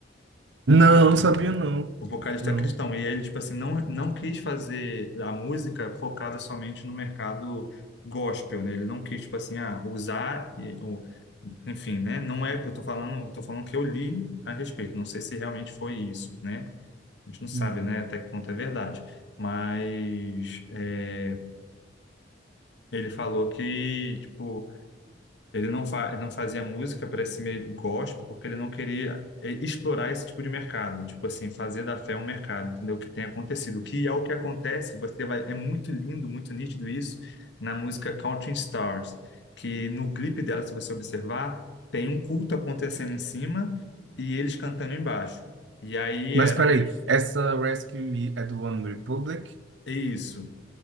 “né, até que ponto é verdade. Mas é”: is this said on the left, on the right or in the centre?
Left